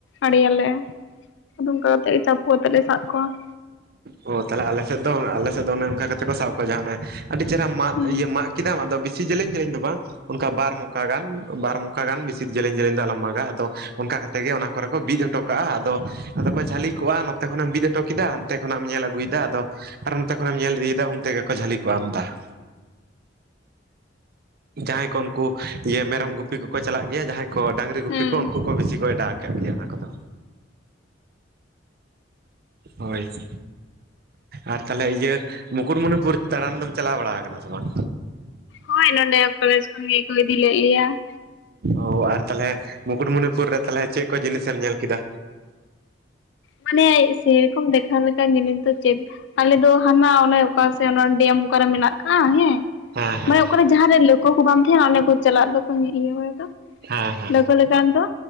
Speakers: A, on the left (about 70°); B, on the right (about 55°).
A: ᱟᱲᱮᱭᱟᱞᱮ ᱾ ᱟᱫᱚ ᱚᱱᱠᱟ ᱠᱟᱛᱮᱫ ᱜᱮ ᱪᱟᱯᱚ ᱠᱟᱛᱮᱫ ᱞᱮ ᱥᱟᱵ ᱠᱚᱣᱟ ᱾
B: ᱚ ᱛᱟᱦᱞᱮ ᱟᱞᱮ ᱥᱮᱫ ᱫᱚ ᱟᱞᱮ ᱥᱮᱫ ᱫᱚ ᱚᱱᱮ ᱚᱱᱠᱟ ᱠᱟᱛᱮ ᱠᱚ ᱥᱟᱵ ᱠᱚᱣᱟ ᱡᱟᱦᱟᱸ ᱚᱱᱮ ᱟᱹᱰᱤ ᱪᱮᱦᱨᱟ ᱢᱟᱫ
A: ᱦᱩᱸ
B: ᱤᱭᱟᱹ ᱢᱟᱜ ᱠᱤᱫᱟᱢ ᱟᱫᱚ ᱵᱤᱥᱤ ᱡᱮᱞᱤᱧ ᱡᱮᱞᱤᱧ ᱫᱚ ᱵᱟᱝ ᱚᱱᱠᱟ ᱵᱟᱨ ᱢᱚᱠᱟ ᱜᱟᱱ ᱵᱟᱨ ᱢᱚᱠᱟ ᱜᱟᱱ ᱵᱮᱥᱤ ᱡᱮᱞᱮᱧ ᱡᱮᱞᱮᱧ ᱫᱚ ᱟᱞᱚᱢ ᱢᱟᱜᱟ, ᱟᱫᱚ ᱚᱱᱠᱟ ᱠᱟᱛ ᱛᱮᱜᱮ ᱚᱱᱟ ᱠᱚᱨᱮ ᱠᱚ ᱵᱤᱫ ᱦᱚᱴᱚ ᱠᱟᱜ-ᱟ ᱟᱫᱚ, ᱟᱫᱚ ᱠᱚ ᱡᱷᱟᱹᱞᱤ ᱠᱚᱜ-ᱟ ᱱᱚᱛᱮ ᱠᱷᱚᱱᱮᱢ ᱵᱤᱫ ᱦᱚᱴᱚ ᱠᱮᱫᱟ ᱦᱟᱱᱛᱮ ᱠᱷᱚᱱᱟᱜ ᱮᱢ ᱧᱮᱞ ᱟᱹᱜᱩᱭᱫᱟ ᱟᱫᱚ ᱟᱨ ᱱᱚᱛᱮ ᱠᱷᱚᱱᱮᱢ ᱧᱮᱞ ᱤᱫᱤᱭᱮᱫᱟ ᱩᱱ ᱛᱮᱜᱮ ᱠᱚ ᱡᱷᱟᱹᱞᱤ ᱠᱚᱜ-ᱟ ᱟᱢᱫᱟ ᱾ ᱡᱟᱦᱟᱸᱭ ᱠᱚ ᱩᱱᱠᱩ ᱤᱭᱟᱹ ᱢᱮᱨᱚᱢ ᱜᱩᱯᱤ ᱠᱚᱠᱚ ᱪᱟᱞᱟᱜ ᱜᱮᱭᱟ, ᱡᱟᱦᱟᱸᱭ ᱠᱚ ᱰᱟᱸᱝ ᱨᱤ ᱜᱩᱯᱤ
A: ᱦᱩᱸ
B: ᱠᱚ ᱩᱱᱠᱩ ᱠᱚ ᱵᱤᱥᱤ ᱠᱚ ᱮᱰᱟᱣ ᱠᱟᱫ ᱜᱮᱭᱟ ᱚᱱᱟ ᱠᱚᱫᱚ, ᱦᱳᱭ ᱾ ᱟᱨ ᱛᱟᱞᱦᱮ ᱤᱭᱟᱹ ᱢᱩᱠᱩᱴᱢᱩᱱᱤᱯᱩᱨ ᱫᱟᱬᱟᱱ ᱫᱚᱢ ᱪᱟᱞᱟᱣ ᱵᱟᱲᱟ ᱟᱠᱟᱱᱟ ᱥᱮ ᱵᱟᱝ?
A: ᱦᱳᱭ ᱱᱚᱸᱰᱮ ᱠᱚᱞᱮᱡᱽ ᱠᱷᱚᱱ ᱜᱮᱠᱚ ᱤᱫᱤ ᱞᱮᱫ ᱞᱮᱭᱟ ᱾
B: ᱚ ᱟᱨ ᱛᱟᱞᱦᱮ ᱢᱩᱠᱩᱴᱢᱩᱱᱤᱯᱩᱨ ᱨᱮ ᱛᱟᱞᱦᱮ ᱪᱮᱫ ᱠᱚ ᱡᱤᱱᱤᱥᱮᱢ ᱧᱮᱞ ᱠᱮᱫᱟ?
A: ᱢᱟᱱᱮ ᱥᱮᱨᱚᱠᱚᱢ ᱫᱮᱠᱷᱟ ᱞᱮᱠᱟᱱ ᱡᱤᱱᱤᱥ ᱫᱚ ᱪᱮᱫ ᱟᱞᱮ ᱫᱚ ᱦᱟᱱᱟ ᱚᱱᱮ ᱚᱠᱟ ᱥᱮᱜ ᱚᱱᱟ ᱰᱮᱢ ᱚᱠᱟᱨᱮ ᱢᱮᱱᱟᱜ ᱠᱟᱜ-ᱟ ᱦᱮᱸ,
B: ᱦᱮᱸ ᱦᱮᱸ
A: ᱢᱟᱱᱮ ᱚᱠᱟᱨᱮ ᱡᱟᱦᱟᱸ ᱨᱮ ᱞᱟᱹᱣᱠᱟᱹ ᱠᱚ ᱵᱟᱝ ᱛᱟᱦᱤᱸᱱᱟ ᱚᱸᱰᱮ ᱠᱚ ᱪᱟᱞᱟᱜ ᱫᱚᱠᱚ <unintelligible>
B: ᱦᱮᱸ
A: ᱾
B: ᱦᱮᱸ
A: ᱞᱟᱹᱣᱠᱟᱹ ᱞᱮᱠᱟ ᱮᱱᱫᱚ